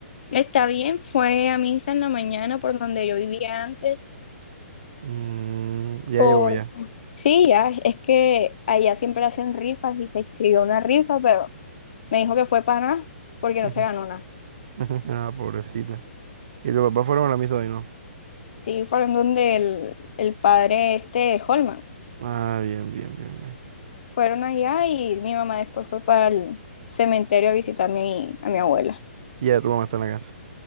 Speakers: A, on the left (about 45°); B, on the right (about 35°).
A: está bien, fue a misa en la mañana por donde yo vivía antes,
B: Mm, ya
A: por...
B: llegó ya.
A: Sí, ya, es que allá siempre hacen rifas y se inscribió una rifa, pero me dijo que fue para nada, porque
B: <laughs>
A: no se ganó nada.
B: Ah, pobrecita. ¿Y tu papá fueron a la misa de hoy, no?
A: Sí, fueron donde el, el padre este, Holman.
B: Ah, bien, bien, bien, bien.
A: fueron allá y mi mamá después fue para el cementerio a visitar a mi, a mi abuela.
B: Y ya tu mamá está en la casa.